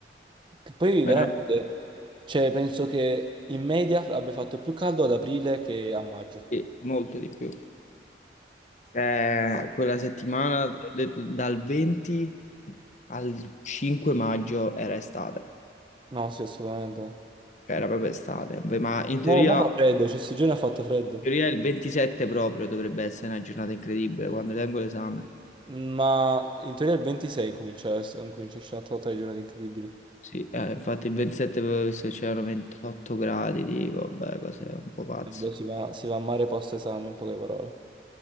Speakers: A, on the right; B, on the left.
A: Che poi
B: veramente
A: veramente, cioè, penso che in media abbia fatto più caldo ad aprile che a maggio.
B: sì, molto di più. Cioè, quella settimana, ho detto, dal 20 al 5 maggio era estate,
A: No, sì, assolutamente.
B: cioè era proprio estate, Beh, ma in teoria,
A: No, ma fa
B: in
A: freddo, cioè, questi giorni ha fatto freddo.
B: teoria il 27 proprio dovrebbe essere una giornata incredibile quando tengo l'esame.
A: Ma in teoria il 26 comincia, a essere- comincia a essere una totale di giornate incredibili.
B: Sì, eh, infatti il 27 avevo visto che c'erano 28 gradi, tipo, vabbè, cose un po' pazze.
A: Allora Si va, si va a mare post esame, in poche parole.